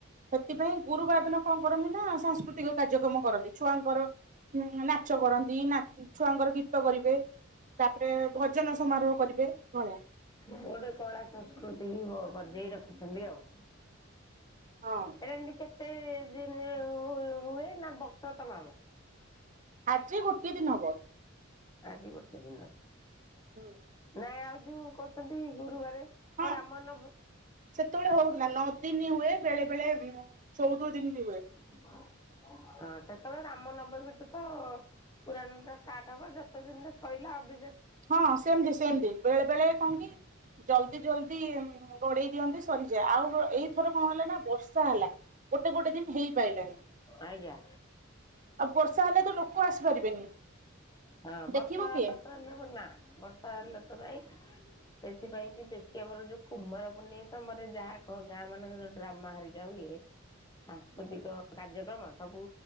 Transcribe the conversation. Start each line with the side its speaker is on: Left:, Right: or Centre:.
Right: ସେଥିପାଇଁ ଗୁରୁବାର ଦିନ କଣ କରନ୍ତି ନା ସାଂସ୍କୃତିକ କାର୍ଯ୍ୟକ୍ରମ କରନ୍ତି ଛୁଆଙ୍କର। ହୁଁ ନାଚ କରନ୍ତି ନା ଛୁଆଙ୍କର ଗୀତ କରିବେ। ତାପରେ ଭୋଜନ ସମାରୋହ କରିବେ ଏଭଳିଆ।
Left: ଗୋଟେ କଳା ସଂସ୍କୃତି ହ ବଜେଇ ରଖିଛନ୍ତି ଆଉ।
Right: ହଁ
Left: ଏରା ଏମତି କେତେ ଦିନ ହୁଏ ନା ବର୍ଷ ତମାମ।
Right: ଆଜି ଗୋଟିଏ ଦିନ ହବ।
Left: ଆଜି ଗୋଟେ ଦିନ।
Right: ହୁଁ।
Left: ନାଇଁ ଆଉ ଯୋଉ କହୁଛନ୍ତି ଗୁରୁବାରରେ
Right: ହଁ
Left: ରାମ ନ
Right: ସେତେବେଳେ ହଉନ ନଦିନି ହୁଏ ବେଳେ ବେଳେ ଚଉଦ ଦିନ ବି ହୁଏ।
Left: <inaudible> ହଁ ସେତେବେଳେ ରାମ ନବମୀଠୁ ତ ପୁରାଣ ଟା ଷ୍ଟାର୍ଟ ହବ ଯ ସେ ଦିନ ଶଇଲା ଅଭି
Right: ହଁ ସେମତି ସେମତି ବେଳେ ବେଳେ କଣ କି? ଜଲଦି ଜଲ୍ଦି ଗୋଡେଇ ଦିଅନ୍ତି ସରିଯାଏ ଆଉ ଏଇଥର କଣ ହେଲେ ନାଁ ବର୍ଷା ହେଲା ଗୋଟେ ଗୋଟେ ଦିନ ହେଇପାରଲାନି।
Left: ଆଜ୍ଞା
Right: ଆଉ ବର୍ଷା ହେଲେ ତ ଲୋକ ଆସିପାରିବେନି।
Left: ହଁ ବର୍ଷା
Right: ଦେଖିବ କିଏ?
Left: ତ ହେଲେ ବ ନା ବର୍ଷା ହେଲେ ତ ନାଇଁ। ସେଥିପାଇଁ କି ବେଶୀ ଆମର ଯୋଉ କୁମାର ପୁନି ସମୟରେ ଯାହା ଗାଁ ମାନଙ୍କର ଯୋଉଡାମ୍ ବାରିକା ହୁଏ ସାଂସ୍କୃତିକ
Right: ହୁଁ
Left: କାର୍ଯ୍ୟକ୍ରମ ସବୁ